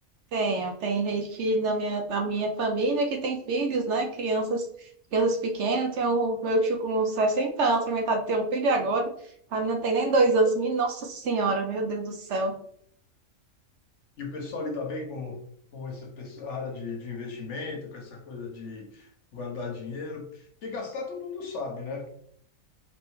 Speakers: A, on the right; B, on the left.
A: Tenho, tem gente que na minha, na minha família que tem filhos, né? Crianças, crianças pequenas, tem o meu tio com 60 anos, experimentado ter um filho agora. A menina tem nem dois anos. Minha Nossa Senhora, meu Deus do céu.
B: E o pessoal lida bem com, com essa pessoa- área de, de investimento, com essa coisa de guardar dinheiro. Porque gastar todo mundo sabe, né?